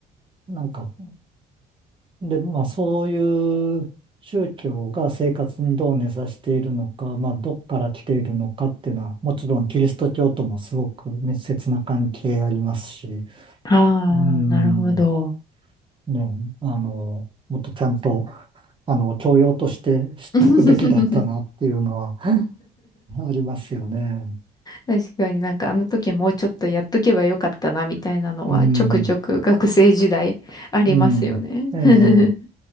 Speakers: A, on the right; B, on the left.
A: なんか、で、まあそういう宗教が生活にどう根ざしているのか、まあどっから来ているのかっていうのは、もちろんキリスト教ともすごく密接な関係ありますし、
B: あ
A: うん。
B: あ、なるほど。
A: ね、あの、もっとちゃんと、あの、教養として知っとくべきだったなっていうのは
B: <laughs>
A: <laughs> ありますよね。
B: 確かになんかあの時もうちょっとやっとけばよかったなみたいなのはちょくちょく学生時代
A: うん、
B: <laughs> ありますよね。
A: うん、ええ、
B: <laughs>